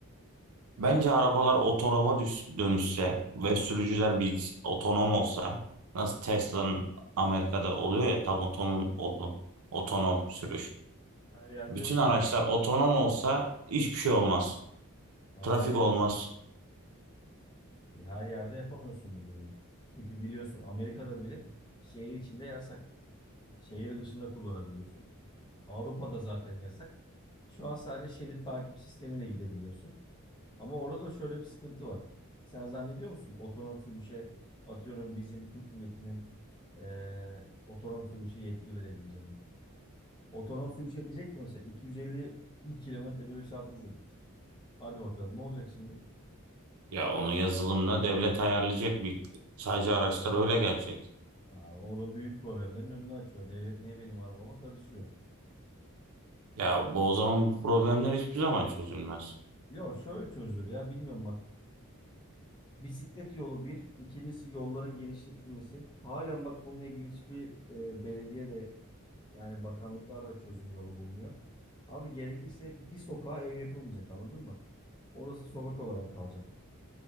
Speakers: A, on the right; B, on the left.
A: Bence arabalar otonoma düş, dönüşse ve sürücüler bilgis otonom olsa nasıl Tesla'nın Amerika'da oluyor ya tam otonom, otonom, otonom sürüş.
B: Her yerde
A: Bütün
B: yok ama.
A: araçlar otonom olsa hiçbir şey olmaz.
B: Ama
A: Trafik
B: her yer,
A: olmaz.
B: her yerde yapamıyorsun bu durumu. Çünkü biliyorsun Amerika'da bile şehir içinde yasak. Şehir dışında kullanabiliyorsun. Avrupa'da zaten yasak. Şu an sadece şerit takip sistemiyle gidebiliyorsun. Ama orada da şöyle bir sıkıntı var. Sen zannediyor musun otonom sürüşe atıyorum bizim Türk milletinin eee otonom sürüşe yetki verebileceğini? Otonom sürüşe diyecek ki mesela 250 kilometre bölü saat hızla git. Hadi bakalım ne olacak şimdi?
A: Ya onu yazılımla devlet ayarlayacak bir sadece araçlar öyle gelecek.
B: Aa, o da büyük problemlerin önünü açıyor. Devlet niye benim arabama karışıyor?
A: Ya bu o zaman bu problemler hiçbir zaman çözülmez.
B: Yok şöyle çözülür ya bilmiyorum bak. Bisiklet yolu bir, ikincisi yolların genişletilmesi. Halen bak bununla ilgili hiçbir e, belediye de Yani bakanlıklar da çözüm yolu bulmuyor. Abi gerekirse bir sokağa ev yapılmayacak anladın mı? Orası sokak olarak kalacak.